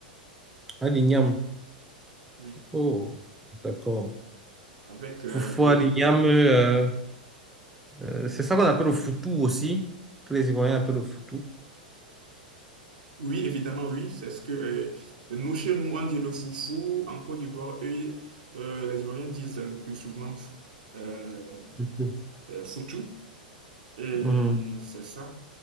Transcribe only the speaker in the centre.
à l'igname.
Oh, d'accord.
Parfois,
il euh, euh, c'est ça qu'on appelle le foutou aussi. Que les Ivoiriens appellent le foutou.
Foutou.
Mhm.